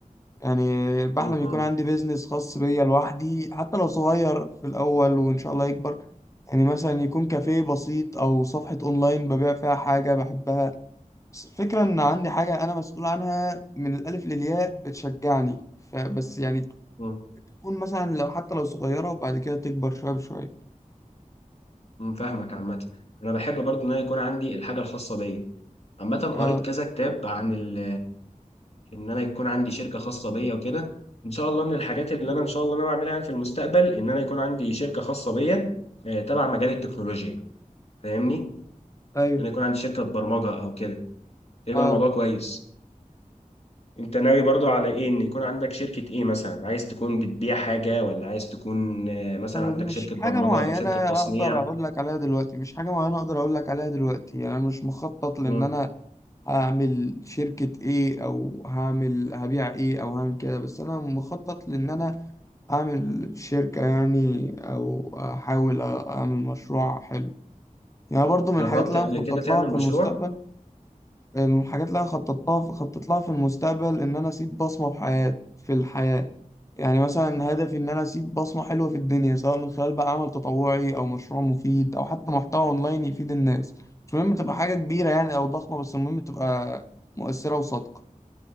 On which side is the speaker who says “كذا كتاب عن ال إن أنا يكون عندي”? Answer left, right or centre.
Left